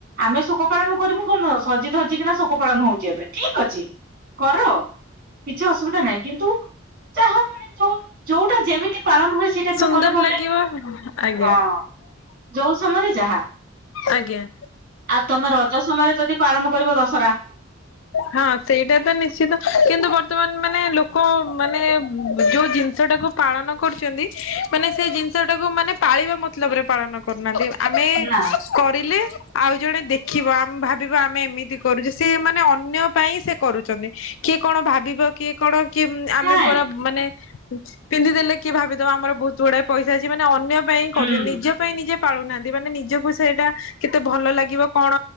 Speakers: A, on the right; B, on the left.
A: ଆମେ ସ ଶୋକ ପାଳନ କରିବୁ କଣ ସଜି ଧଜି କିନା ଶୋକ ପାଳନ ହଉଛି ଏବେ ଠିକ୍ ଅଛି କର। କିଛି ଅସୁବିଧା ନାହିଁ କିନ୍ତୁ, ଯାହା ମାନେ ଯୋଉ ଯୋଉଟା ଯେମିତି ପାଳନ ହୁଏ ସେଇ ଟାଇପ୍‌ର
B: ସୁନ୍ଦର
A: କଲେ ଭଲ
B: ଲାଗିବ
A: ଲାଗିବନା
B: ଆଜ୍ଞା
A: ଆଉ, ହଁ ଯୋଉ ସମୟରେ ଯାହା।
B: ଆଜ୍ଞା।
A: ଆଉ ତମେ ରଜ ସମୟରେ ଯଦି ପାଳନ କରିବ ଦଶ
B: ହଁ ସେଇଟା ତ ନିଶ୍ଚିନ୍ତ କିନ୍ତୁ ବର୍ତ୍ତମାନ ମାନେ ଲୋକ ମାନେ ମାନେ ଯୋଉ ଜିନିଷ ଟାକୁ ପାଳନ କରୁଛନ୍ତି ମାନେ ସେ ଜିନିଷ ଟାକୁ ମାନେ ପାଳିବା ମତଲବରେ ଏବେ ପାଳନ କରୁନାହାନ୍ତି ବା ଆମେ
A: ନା
B: କରିଲେ ଆଉ ଜଣେ ଦେଖିବ ଆମେ ଭଭାବିବା ଆମେ ଏମିତି କରୁଛି ସେ ମାନେ ଅନ୍ୟ ପାଇଁ ସେ କରୁଚନ୍ତି କିଏ କଣ ଭାବିବ କିଏ କଣ କି ମ୍ ଆମେ
A: ହେଁ
B: ପରା ମାନେ ପିନ୍ଧିଦେଲେ କି ଭାବିଦବ ଆମର ବହୁତ୍‌ ଗୁଡାଏ ପଇସା ଅଛି ମାନେ ଅନ୍ୟ ପାଇଁ କରୁଚନ୍ତି
A: ହୁଁ
B: ନିଜ ପାଇଁ ନିଜେ ପାଳୁନାହାନ୍ତି ମାନେ ନିଜକୁ ସେଇଟା କେତେ ଭଲ ଲାଗିବ କଣ